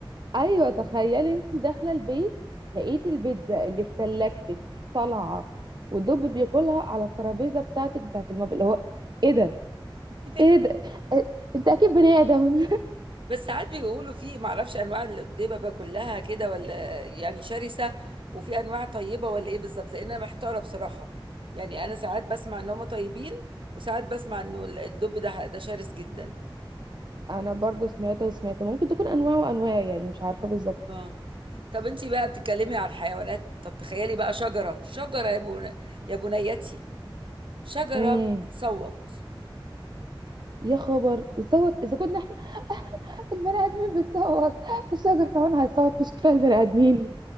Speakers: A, on the right; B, on the right.
A: ايوه تخيل انت داخله البيت لقيت البيتزا اللي في تلاجتك طالعه ودب بياكلها على الترابيزه بتاعتك بتاعت المطبخ اللي هو ايه ده
B: <laughs>
A: ايه ده إيه؟ انت اكيد بني ادم
B: بس ساعات بيقولوا في معرفش انواع الدببه كلها كده ولا يعني شرسه وفي انواع طيبه ولا ايه بالظبط لان انا محتاره بصراحه يعني انا ساعات بسمع ان هم طيبين وساعات بسمع انه الدب ده ده شرس جدا
A: <laughs> انا برضو سمعت وسمعت ممكن تكون انواع وانواع يعني مش عارفه بالظبط
B: اه طب انت بقى بتتكلمي عن الحيوانات طب تخيلي بقى شجره شجره يا بن... يا بنيتي شجره
A: امم
B: بتصوت
A: يا خبر بتصوت اذا كنا احنا <laughs> البني ادمين بتصوت الشجر كمان هيصوت مش كفايه البني ادمين